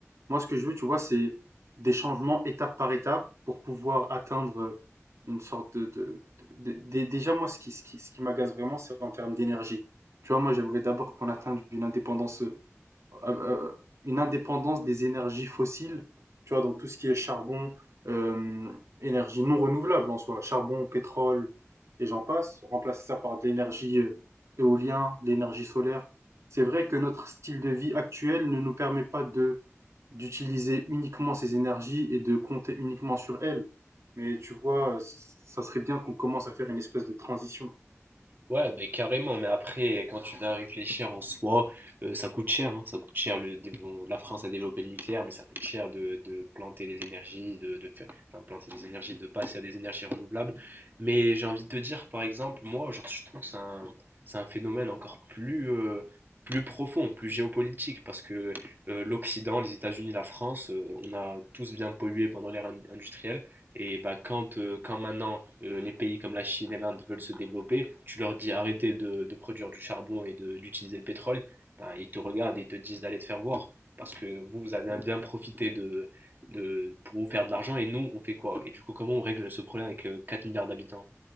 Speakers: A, on the right; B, on the right.
A: Moi, ce que je veux, tu vois, c'est des changements étape par étape pour pouvoir atteindre une sorte de, de, de- de- déjà, moi, ce qui, ce qui, ce qui m'agace vraiment, c'est en termes d'énergie. Tu vois, moi, j'aimerais d'abord qu'on atteigne une indépendance euh, euh, une indépendance des énergies fossiles, tu vois, donc tout ce qui est charbon, euh, énergie non renouvelable en soi, charbon, pétrole, et j'en passe, remplacer ça par de l'énergie euh, éolien, de l'énergie solaire. C'est vrai que notre style de vie actuel ne nous permet pas de d'utiliser uniquement ces énergies et de compter uniquement sur elles. Mais tu vois, euh, c- ça serait bien qu'on commence à faire une espèce de transition.
B: Ouais, ben carrément, mais après, quand tu vas réfléchir en soi, euh, ça coûte cher, hein, ça coûte cher. Le, dé- bon, la France a développé le nucléaire, mais ça coûte cher de, de planter des énergies, de, de faire, enfin, planter des énergies, de passer à des énergies renouvelables. Mais j'ai envie de te dire, par exemple, moi, genre, je trouve que c'est un, c'est un phénomène encore plus, euh, plus profond, plus géopolitique, parce que euh, l'Occident, les États-Unis, la France, euh, on a tous bien pollué pendant l'ère in- industrielle. Et bah, quand, euh, quand maintenant euh, les pays comme la Chine et l'Inde veulent se développer, tu leur dis arrêtez de, de produire du charbon et de- d'utiliser le pétrole, ben, ils te regardent et ils te disent d'aller te faire voir. Parce que vous, vous avez bien profité de, de, pour vous faire de l'argent et nous, on fait quoi? Et du coup, comment on règle ce problème avec euh, 4 milliards d'habitants